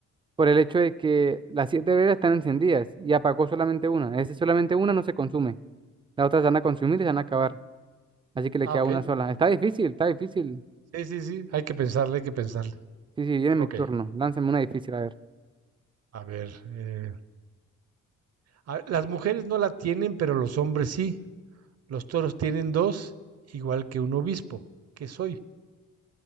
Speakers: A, on the right (about 15°); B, on the right (about 55°).
A: por el hecho de que las siete velas están encendidas y apagó solamente una. Es solamente una no se consume. Las otras se van a consumir y se van a acabar. Así que le
B: Ah,
A: queda
B: ok.
A: una sola. Está difícil, está difícil.
B: Sí, sí, sí. Hay que pensarle, hay que pensarle.
A: Sí, sí, viene mi
B: Ok.
A: turno. Lánzame una difícil, a ver.
B: A ver. eh, a- las mujeres no la tienen, pero los hombres sí. Los toros tienen dos, igual que un obispo. ¿Qué soy?